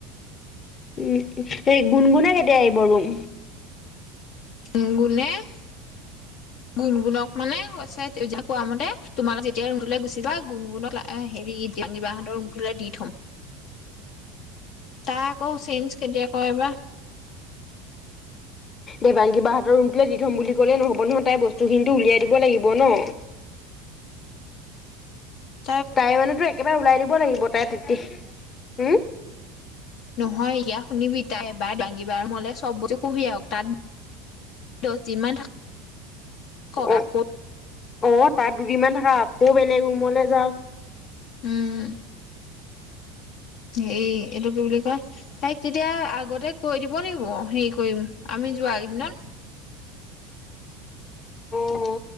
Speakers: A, on the left; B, on the left.
A: উম' এই গুণ-গুণ কেতিয়া আহিব ৰুম?
B: উ' গুনে- গুণ-গুণক মানে কৈছে কোৱা মতে, তোমালোক যেতিয়া ৰুমটোলৈ গুচি যা। গুণগুণক হেৰি, কিবাহঁতৰ ৰুমটোলৈ দি থম। তাই আকৌ চেইঞ্জ কেতিয়া কয়বাৰ-
A: দেবাংগী কবাহতৰ ৰূমটোলে দি থ'ম- গলে নহ'ব নহয় তাই বস্তু খিনিতটো উলিয়াই দিব লাগিব ন
B: অ
A: তাই মানে তো একেবাৰে ওলাই দিব লাগিব তাই তেটি উম
B: নহয় ইিয়া শুনিবি তাই এবাৰ দাঙিব বাৰ ৰূমলে চব বস্তু কঢ়িয়াক তাত দছ দিনমান থা ককা
A: অ
B: ক
A: অ', তাত দুদিনমান থাকা আকৌ বেলেগ ৰুমলে যাওঁ।
B: উম, হেই এইটো কি বুলি কয়, তাইক তেতিয়া আগতেই কৈ দিব লাগিব হেই কৰিম, আমি যোৱাকেদিনত।
A: উম।